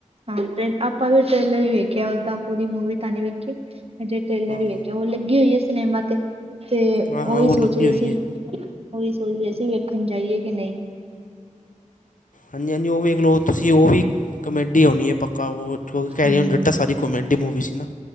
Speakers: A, on the right (about 45°); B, on the left (about 70°).
A: ਹਾਂ ਟ, ਆਪਾਂ ਵੀ ਟ੍ਰੇਲਰ ਹੀ ਵੇਖਿਆ ਓਦਾ ਪੂਰੀ ਮੂਵੀ ਤਾਂ ਨੀ ਵੇਖੀ ਹਜੇ ਟੇਲਰ
B: ਹਾਂ।
A: ਹੀ ਵੇਖਿਆ, ਉਹ ਲੱਗੀ ਹੋਈ ਹੈ ਏ ਸਿਨੇਮਾ ਤੇ ਤੇ,
B: ਹਾਂ-ਹਾਂ
A: ਉਹੀ
B: ਉਹ
A: ਸੋਚ
B: ਲੱਗੀ
A: ਰਹੀ
B: ਹੋਈ
A: ਸੀ,
B: ਹੈ।
A: ਉਹੀ ਸੋਚਦੇ ਸੀ ਵੇਖਣ ਜਾਈਏ ਕਿ ਨਹੀਂ
B: ਹਾਂਜੀ- ਹਾਂਜੀ ਉਹ ਵੀ ਵੇਖ ਲਓ, ਤੁਸੀਂ ਉਹ ਵੀ ਕਮੇਡੀ ਹੋਣੀ ਏ ਪੱਕਾ ਉਹ ਕਿਉਂਕਿ ਕੈਰੀ
A: ਹਾਂਜੀ
B: ਔਨ ਜੱਟਾਂ, ਸਾਰੀ ਕੋਮੇਡੀ ਮੂਵੀ ਸੀ ਨਾ